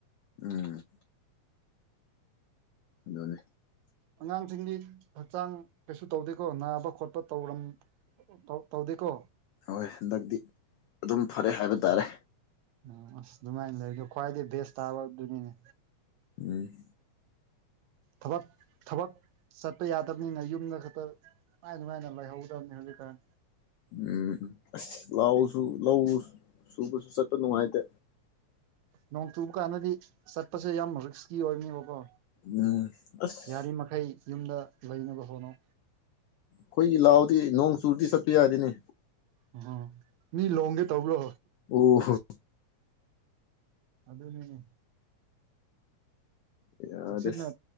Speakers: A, on the left (about 90°); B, on the right (about 80°).
A: ꯎꯝ ꯑꯗꯨꯅꯦ
B: ꯑꯉꯥꯡꯁꯤꯡꯗꯤ ꯍꯛꯆꯥꯡ ꯀꯩꯁꯨ ꯇꯧꯗꯦꯀꯣ ꯅꯥꯕ ꯈꯣꯠꯄ ꯇꯧꯔꯝ ꯇꯧ ꯇꯧꯗꯦꯀꯣ
A: ꯍꯣꯏ ꯍꯟꯗꯛꯇꯤ ꯑꯗꯨꯝ ꯐꯔꯦ ꯍꯥꯏꯕ ꯇꯥꯔꯦ
B: ꯑ ꯑꯁ ꯗꯨꯃꯥꯏ ꯂꯩꯗꯣ ꯈ꯭ꯋꯥꯏꯗꯩ ꯕꯦꯁ ꯇꯥꯕꯗꯨꯅꯤꯅꯦ
A: ꯎꯝ
B: ꯊꯕꯛ ꯊꯕꯛ ꯆꯠꯄ ꯌꯥꯗꯕꯅꯤꯅ ꯌꯨꯝꯗ ꯈꯇ ꯅꯨꯉꯥꯏ ꯅꯨꯉꯥꯏꯅ ꯂꯩꯍꯧꯒꯗꯝꯅꯦ ꯍꯧꯖꯤꯛꯀꯥꯟ
A: ꯎꯝ ꯑꯁ ꯂꯥꯎꯁꯨ ꯂꯧ ꯁꯨꯕꯁꯨ ꯆꯠꯄ ꯅꯨꯉꯥꯏꯇꯦ
B: ꯅꯣꯡ ꯆꯨꯕ ꯀꯥꯟꯗꯗꯤ ꯆꯠꯄꯁꯦ ꯌꯥꯝ ꯔꯤꯛꯁꯀꯤ ꯑꯣꯏꯕꯅꯦꯕꯀꯣ
A: ꯎꯝ ꯑꯁ
B: ꯌꯥꯔꯤꯃꯈꯩ ꯌꯨꯝꯗ ꯂꯩꯅꯕ ꯍꯣꯅꯧ
A: ꯈꯣꯏꯒꯤ ꯂꯥꯎꯗꯤ ꯅꯣꯡ ꯆꯨꯔꯗꯤ ꯆꯠꯄ ꯌꯥꯗꯦꯅꯦ
B: ꯑꯣꯍꯣ ꯃꯤ ꯂꯣꯡꯒꯦ ꯇꯧꯕ꯭ꯔꯣ
A: ꯎ ꯍꯣ
B: ꯑꯗꯨꯨꯅꯤꯅꯦ
A: ꯌꯥꯗꯦ
B: ꯆꯦꯛꯁꯤꯟꯅ